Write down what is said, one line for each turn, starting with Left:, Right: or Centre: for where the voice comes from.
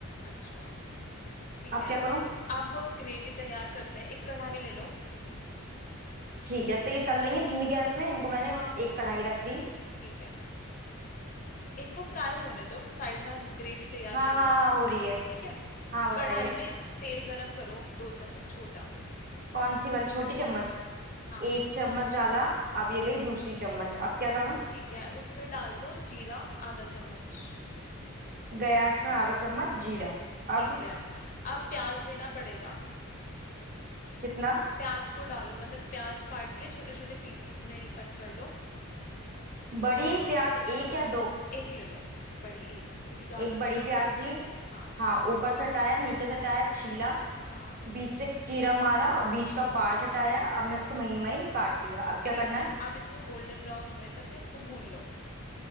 Left: अच्छा ठीक
Right: अब
Left: है
Right: क्या करूँ
Left: अब ग्रेवी तैयार करते हैं एक कढ़ाई ले लो
Right: ठीक है तो ये तल लेंगे धीमी गैस में इनको मैंने
Left: हाँ
Right: एक कढ़ाई रख दी
Left: ठीक है इनको फ्राई होने दो साइड में हम ग्रेवी तैयार
Right: हाँ
Left: कर लेते
Right: हाँ हाँ
Left: हैं
Right: हो रही है
Left: ठीक है
Right: हाँ बताइए
Left: कढ़ाई में तेल गरम करो दो चम्मच छोटा
Right: कौन सी वाली छोटी चम्मच
Left: हाँ
Right: एक चम्मच डाला अब ये
Left: हम्म,
Right: गई दूसरी चम्मच अब क्या करूं
Left: ठीक है उसमें डाल दो जीरा आधा चम्मच
Right: गैस में आधा चम्मच जीरा
Left: ठीक
Right: अब
Left: है अब प्याज लेना पड़ेगा
Right: कितना
Left: प्याज को डालो मतलब प्याज काट के छोटे छोटे पीसेस में कट कर लो
Right: बड़ी प्याज एक या दो
Left: एक ले लो बड़ी एक क्योंकि ज्यादा
Right: एक बड़ी
Left: थी ना
Right: प्याज ली
Left: हाँ
Right: हाँ ऊपर से हटाया नीचे से हटाया छीला
Left: हाँ
Right: बीच से चीरा मारा और बीच का पार्ट हटाया अब मैं
Left: हाँ
Right: इसको महीन महीन काट लिया अब क्या
Left: ठीक
Right: करना
Left: है
Right: है
Left: अब इसको गोल्डन ब्राउन होने तक ना इसको भून लो